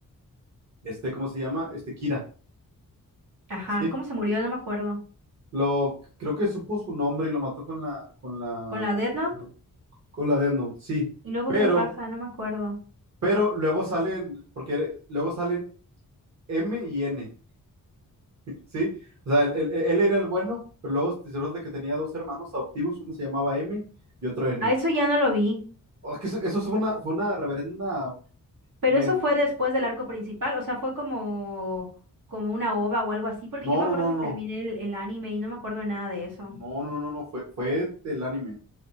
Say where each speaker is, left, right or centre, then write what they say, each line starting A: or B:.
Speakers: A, on the right; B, on the right.
A: este, ¿cómo se llama? Este Kira,
B: Ajá,
A: ¿sí?
B: ¿cómo se murió? No me acuerdo.
A: Lo, creo que supo su nombre y lo mató con la, con la,
B: ¿Con la Death Note?
A: con la Death Note, sí.
B: ¿Y luego
A: Pero,
B: qué pasa? No me acuerdo.
A: pero luego salen, porque luego salen M y N, <laughs> ¿sí? O sea, el- el- él, era el bueno, pero luego se resulta que tenía dos hermanos adoptivos, uno se llamaba M y otro N.
B: A eso ya no lo vi,
A: Oh, es que eso, eso fue una, fue una reverenda.
B: pero
A: men-
B: eso fue después del arco principal, o sea, fue como, como una ova o algo así, porque
A: No,
B: yo me
A: no,
B: acuerdo
A: no,
B: que
A: no,
B: terminé
A: no.
B: el, el anime y no me acuerdo de nada de eso.
A: No, no, no, no. Fue, fue del anime.